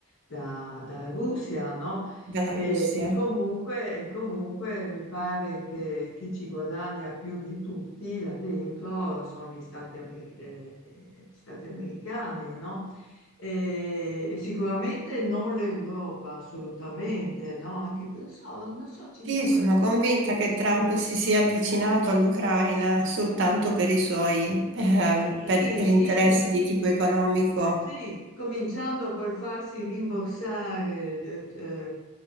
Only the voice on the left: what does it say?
da- dalla Russia, no?
E,
e comunque, e comunque mi pare che chi ci guadagna più di tutti là dentro sono gli Stati, Amer- eh, gli Stati americani, no? E, e sicuramente non l'Europa, assolutamente, no? Anche, que- non so, non so, ci
diamo
la zappa
sui...
Sì,
sì,
sì,
Sì, cominciando col farsi rimborsare, eh, eh,